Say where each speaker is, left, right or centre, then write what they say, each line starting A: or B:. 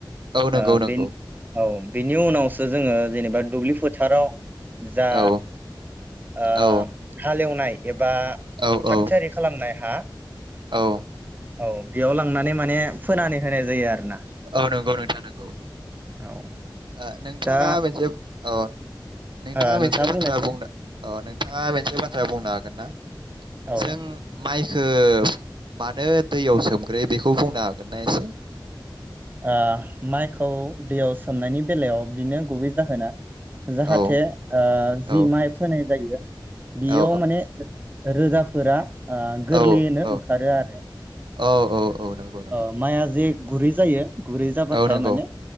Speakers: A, on the right; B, on the right.
A: औ नंगौ
B: ओ
A: नंगौ
B: बिन औ बिनि उनाव जोङो जेनेबा दुब्लि फोथाराव जा
A: औ
B: ओ
A: औ
B: हालेवनाय एबा
A: औ औ
B: थागथियारि खालामनाय हा।
A: औ
B: औ बेयाव लांनानै माने फोनानै होनाय जायो आरो ना।
A: औ नंगौ नोंथां नंगौ। ओ
B: औ
A: नोंथाङा
B: दा
A: मोनसे औ आ नोंथाङा
B: ओ
A: मोनसे बाथ्रा
B: बुंनायसै
A: बुंनो अ' नों थाङा मोनसे बाथ्रा बुंनो हागोन ना?
B: औ
A: जों माइ सोफ मानो दैयाव सोमग्रोयो बेखौ बुंनो हागोनना एसे?
B: ओ माइखौ दैयाव सोमनायनि बेलायाव बिनो गुबै जाहोना जाहाथे
A: औ
B: ओ जि
A: औ
B: माइ फोनाय जायो। बियाव
A: औ
B: माने रोदा फोरा ओ गोरलैयैनो
A: औ औ
B: ओंखारो आरो।
A: औ औ औ नंगौ नंगौ
B: अ' माइआ जे गुरै जायो। गुरै जाबाथाय
A: औ नंगौ
B: माने